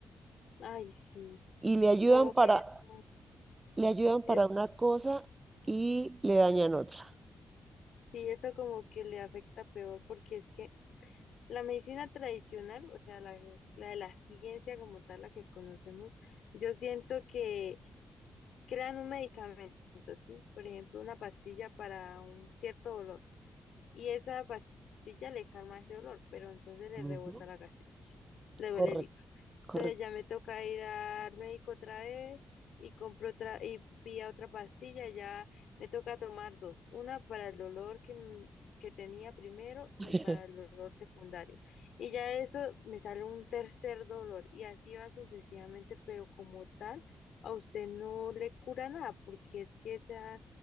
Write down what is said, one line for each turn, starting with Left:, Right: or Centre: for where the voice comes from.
Left: Ay, sí.
Right: y le ayudan
Left: Y como que
Right: para
Left: eso
Right: le ayudan para
Left: es,
Right: una cosa y le dañan otra.
Left: sí, eso como que le afecta peor, porque es que la medicina tradicional, o sea, la, que- la de la ciencia como tal, la que conocemos, yo siento que crean un medicamento, ¿sí? Por ejemplo, una pastilla para un cierto dolor, y esa pastilla le calma ese dolor, pero entonces le
Right: Ujú.
Left: rebota la gastritis, le duele
Right: Correcto,
Left: el hígado.
Right: correcto.
Left: Entonces ya me toca ir al médico otra vez y compro otra y pilla otra pastilla, ya me toca tomar dos, una para el dolor que, m- que tenía primero y
Right: <laughs>
Left: para el dolor secundario. Y ya eso me sale un tercer dolor y así va sucesivamente, pero como tal, a usted no le cura nada, porque es que esa,